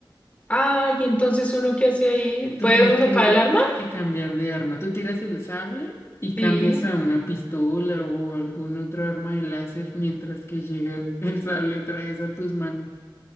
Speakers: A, on the left; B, on the left.
A: Ay, entonces uno qué hace ahí, ¿puede
B: Tú tienes
A: uno
B: que,
A: sacar el arma?
B: que cambiar de arma. Tú tiras el sable y cambias
A: Sí.
B: a una pistola o algún otro arma de láser mientras que llega el, <laughs> el sable otra vez a tus manos.